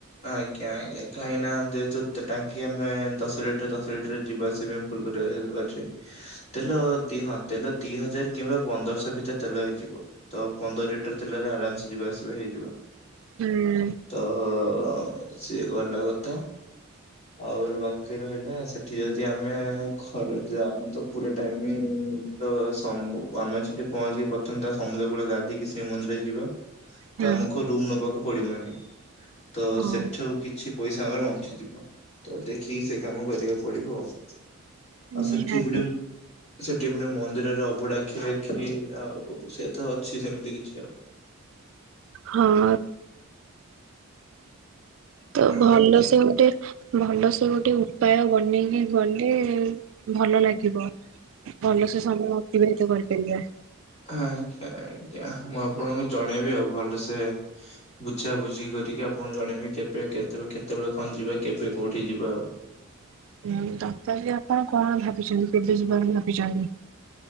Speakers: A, on the left (about 30°); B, on the right (about 70°).
A: ଆଜ୍ଞା ଆଜ୍ଞା କାହିଁ ନାନ୍ତି ତତ ଟାଙ୍କି ଆମେ ଦଶ ଲିଟର ଦଶ ଲିଟର ଯିବା ଆସିବା କୁଲକଟ ଅଛି ତେଲ ଦି ହଁ ତେଲ ଦି ହଜାର କିମ୍ବା ପନ୍ଦରଶହ ଭିତରେ ତେଲ ହେଇଯିବ ତ ପନ୍ଦର ଲିଟର ତେଲରେ ଆରାମ ସେ ଯିବା ଆସିବା ହେଇଯିବା
B: ହୁଁ
A: ତ ହ ସିଏ ଗଲା କଥା ଆଉ ବାକି ରହିଲା ସେଠି ଯଦି ଆମେ ଖର ଆମେ ତ ପୁରା ଟାଇମ ତ ଆମେ ସେଠି ପହଞ୍ଚିକି ପ୍ରଥମେ ତା ସମୁଦ୍ର କୂଳ ଗାଧେଇକି ଶ୍ରୀମନ୍ଦିର ଯିବା
B: ହୁଁ
A: ତ ଆମକୁ ରୁମ ନବାକୁ ପଡିବନି ତ
B: ହଁ
A: ସେଠୁ କିଛି ପଇସା ଆମର ବଞ୍ଚିଯିବ ତ ଦେଖିକି ସେ କାମ କରିବାକୁ ପଡିବ ଆଉ ଆଉ
B: ନିହାତି
A: ସଠିପଡ଼ମ୍ ସେଠି ପୁଣି ମନ୍ଦିରରେ ଅଭଡା ଖିଆଖି ଆଉ ସେ ତ ଅଛି ସେମିତି କିଛି ଆଉ
B: ହଁ ତ ଭଲ
A: ଆଜ୍ଞା
B: ସେ ଗୋଟେ ଭଲ ସେ ଗୋଟେ ଉପାୟ ବନେଇକି ଗଲେ ଭଲ ଲାଗିବ ଭଲ ସେ ସମୟ ଅତିବାହିତ କରିପାରିବା
A: ହ ଆ୍ଞା ଆଜ୍ଞା ମୁଁ ଆପଣଙ୍କୁ ଜଣେଇବି ଆଉ ଭଲସେ ବୁଝା ବୁଝି କରିକି ଆପଣ ଜଣେଇେ କେବେ କେତେବେ କେତେବେଳେ କଣ ଯିବା କେବେ କୋଉଠି ଯିବା ଆଉ <unintelligible>
B: ହୁଁ ତଥାପି ଆପଣ କଣ ଭାବିଛନ୍ତି କେବେ ଯାରୁ ଭାବିଛନ୍ତି